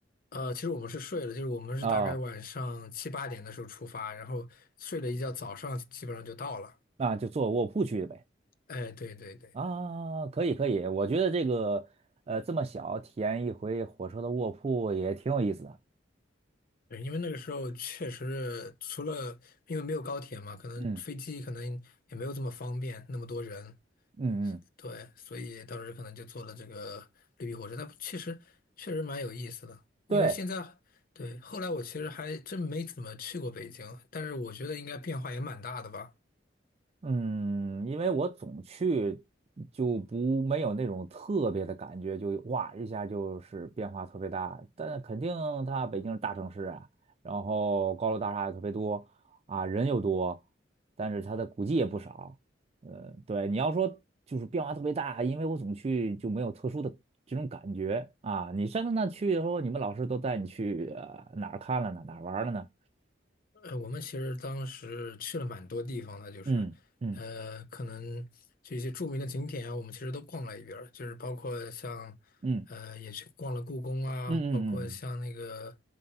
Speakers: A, on the left; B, on the right.
A: 呃，其实我们是睡了，就是我们是大概晚上七八点的时候出发，
B: 啊，
A: 然后睡了一觉，早上基本上就到了。
B: 那就坐卧铺去的呗。
A: 哎，对对对。
B: 啊，可以可以，我觉得这个呃这么小体验一回火车的卧铺也挺有意思的。
A: 对，因为那个时候确实除了因为没有高铁嘛，可能飞机可能也没有这么方便，
B: 嗯
A: 那么多人，
B: 嗯嗯，
A: 对，所以当时可能就坐了这个绿皮火车，那确实确实蛮有意思的。因为现在
B: 对，
A: 对，后来我其实还真没怎么去过北京，但是我觉得应该变化也蛮大的吧。
B: 嗯，因为我总去就不没有那种特别的感觉，就哇一下就是变化特别大。但肯定它北京是大城市啊，然后高楼大厦也特别多啊，人又多，但是它的古迹也不少。呃，对，你要说就是变化特别大，因为我总去就没有特殊的这种感觉啊。你上次那去以后，你们老师都带你去呃哪儿看了呢？哪儿玩儿了呢？
A: 呃，我们其实当时去了蛮多地方的，就是，
B: 嗯嗯
A: 呃，可能就一些著名的景点啊，我们其实都逛了一遍儿就是包括像，
B: 嗯。
A: 呃，也去逛了故宫啊，
B: 嗯嗯嗯，
A: 包括像那个，